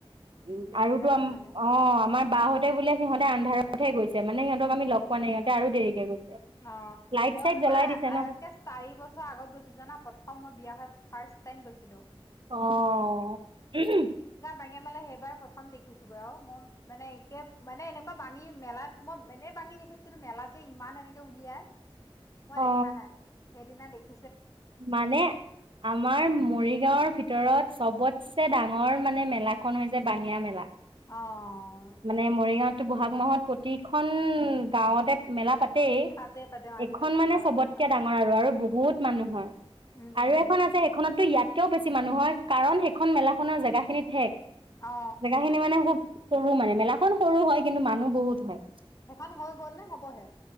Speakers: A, on the right (about 55°); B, on the left (about 30°).
A: উম,
B: দেৰিলৈকে
A: আৰুতো আ
B: হয় মানে
A: অ', আমাৰ বাহ'তে বোলে সিহঁতে আন্ধাৰতহে গৈছে। মানে সিহঁতক আমি লগ পোৱা নাই সিহঁতে আৰু দেৰিকে গৈছে।
B: অ',
A: লাইট
B: মই
A: চাইট
B: তোমাৰ
A: জ্বলাই দিছে ন
B: একে চাৰি বছৰ আগত গৈছিলো জানা প্ৰথম মই বিয়া হৈ ফাৰ্ষ্ট টাইম গৈছিলো।
A: অ'।
B: বাঙীয়া মেলা সেইবাৰ প্ৰথম দেখিছো গৈ আৰু মই মানে একে মানে এনেকুৱা বাঙী মেলাত মই এনে বাঙী দেখিছোঁ কিন্তু মেলাত যে ইমান এনে কে উলিয়াই মই
A: অ
B: দেখা নাই, সেইদিনা দেখি
A: মানে আমাৰ মৰিগাঁওৰ ভিতৰত চবত চে ডাঙৰ মানে মেলাখন হৈছে বাঙীয়া মেলা।
B: অ'।
A: মানে মৰিগাঁৱতো বহাগ মাহত প্ৰতিখন গাঁৱতে মেলা পাত ছেই
B: তাতে পাতে অ আজিকালিতো
A: এইখন মানে
B: গাঁৱে
A: চবতকে
B: গাঁৱে পতা
A: ডাঙৰ
B: হয়
A: আৰু আৰু বহুত মানুহ হয়।
B: উম
A: আৰু
B: উম
A: এখন আছে, সেইখনতটো ইয়াতকৈও বেছি মানুহ হয় কাৰণ সেইখন মেলাখনৰ জেগাখিনি ঠেক
B: অ
A: জেগাখিনি মানে খুব সৰু মানে, মেলাখন সৰু হয় কিন্তু মানুহ বহুত হয়।
B: সেইখন হৈ গ'ল নে হ'বহে?